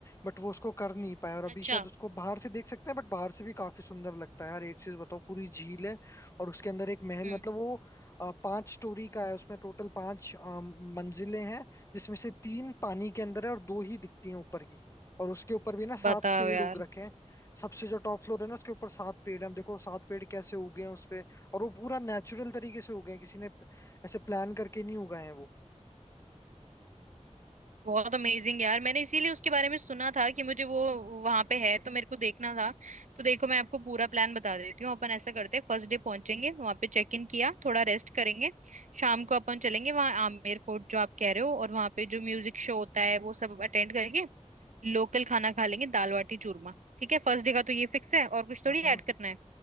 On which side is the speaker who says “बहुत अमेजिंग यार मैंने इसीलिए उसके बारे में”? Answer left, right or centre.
Right